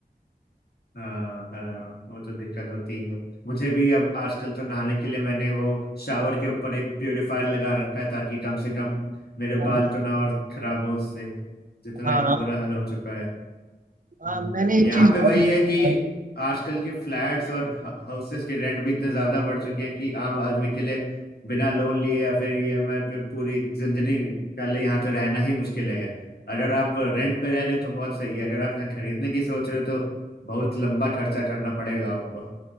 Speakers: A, on the left; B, on the right.
A: हाँ हाँ वो तो दिक्कत होती है मुझे भी अब आजकल तो नहाने के लिए मैंने वो शावर के ऊपर एक प्योरीफायर लगा रखा है ताकि कम से कम मेरे
B: हाँ
A: बाल तो ना और खराब हो उससे जितना
B: हाँ
A: इतना बुरा हाल हो चुका
B: हाँ
A: हम्म।
B: मैंने एक
A: यहाँ
B: चीज
A: पे वही
B: और देखा
A: है कि
B: है।
A: आजकल के फ्लैट्स और हाउसेस के रेंट भी इतने ज्यादा बढ़ चुके हैं कि आम आदमी के लिए बिना लोन लिए या फिर ईएमआई पे पूरी जिंदगी का लिए यहाँ तो रहना ही मुश्किल है अगर आप रेंट पे रह रहे हो तो बहुत सही है अगर आप यहाँ खरीदने की सोच रहे हो तो बहुत लंबा खर्चा करना पड़ेगा आपको